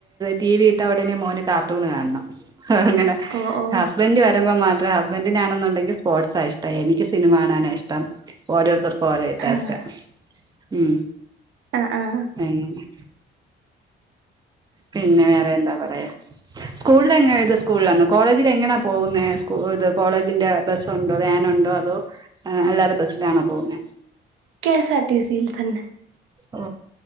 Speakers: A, on the right (about 20°); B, on the right (about 85°).
A: ടി വി ഇട്ട ഉടനെ മോന് കാർട്ടൂൺ കാണണം അത് അങ്ങനാ
B: ഓ ഓ
A: ഹസ്ബന്റ് വരുമ്പോ മാത്രം ഹസ്ബന്റിന് ആണെന്നുണ്ടെങ്കിൽ സ്പോർട്സ് ആ ഇഷ്ടം എനിക്ക് സിനിമ കാണാന ഇഷ്ടം ഓരോരുത്തർക്കും ഓരോ ടേസ്റ്റാ
B: ആഹ്
A: ഉം
B: ആഹ് ആഹ്
A: അങ്ങനെ പിന്നെ വേറെ എന്താ പറയാ സ്കൂളില് എങ്ങ ഇത് സ്കൂളിലാണ് കോളേജിൽ എങ്ങനണാ പോകുന്നേ ഇത് കോളേജിന്റെ ബസ്സുണ്ടോ വാനുണ്ടോ അതോ ആ അല്ലാതെ ബസ്സിലാണോ പോകുന്നേ
B: കെഎസ്ആർ ടി സിയിൽ തന്നെ
A: ഓ